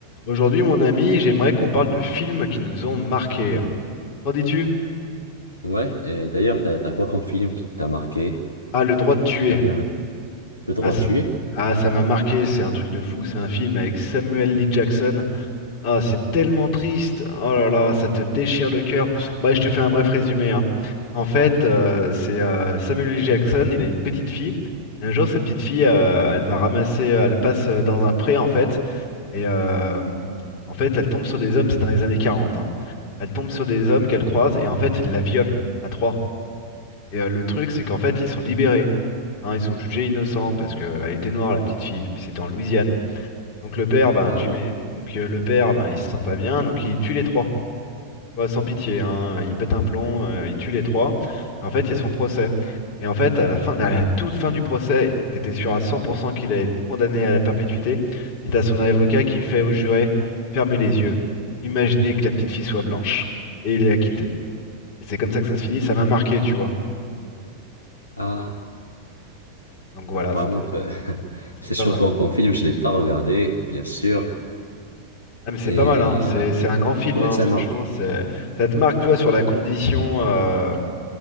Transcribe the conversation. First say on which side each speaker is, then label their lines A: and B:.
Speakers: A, on the left; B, on the left.
A: Aujourd'hui, mon ami, j'aimerais qu'on parle de films qui nous ont marqués. Qu'en dis-tu?
B: Ouais, et d'ailleurs, t'as, t'as quoi comme film qui t'a marqué?
A: Ah, Le droit de tuer.
B: T'as bien aimé Le droit
A: Ah, c-
B: de tuer?
A: ah, ça m'a marqué, c'est un truc de fou. C'est un film avec Samuel L. Jackson. Ah, c'est tellement triste. Oh là là, ça te déchire le cœur. Bah, je te fais un bref résumé, hein. En fait, euh, c'est euh, Samuel L. Jackson, il a une petite fille. Et un jour, sa petite fille, euh, elle va ramasser, euh, elle passe euh, dans un pré, en fait. Et euh, en fait, elle tombe sur des hommes, c'est dans les années quarante. hein. Elle tombe sur des hommes qu'elle croise et en fait, ils la violent à trois. Et euh, le truc, c'est qu'en fait, ils sont libérés. hein, ils sont jugés innocents parce qu'elle était noire, la petite fille. Puis c'était en Louisiane. Donc le père, ben,
B: Ah
A: tu
B: ouais.
A: mets, donc euh, le père, ben, il se sent pas bien, donc il tue les trois, tu vois, sans pitié, hein. Il pète un plomb, euh, il tue les trois. Et en fait, il y a son procès. Et en fait, à la fin, à la toute fin du procès, t'étais sûr à 100% qu'il allait être condamné à la perpétuité. Et t'as son avocat qui fait au juré, fermez les yeux, imaginez que la petite fille soit blanche. Et il est acquitté. Et c'est comme ça que ça se finit, ça m'a marqué, tu vois.
B: Ah,
A: Donc voilà,
B: vraiment
A: c'était
B: que <laughs>
A: c'était
B: c'est
A: pas
B: choquant
A: mal.
B: comme film, je l'ai pas regardé, bien sûr.
A: Ah mais c'est
B: Et
A: pas mal, hein. C'est
B: ouais,
A: c'est un grand film,
B: ouais,
A: hein.
B: ça
A: Franchement,
B: mort.
A: c'est ça te marque, tu vois, sur la condition. euh,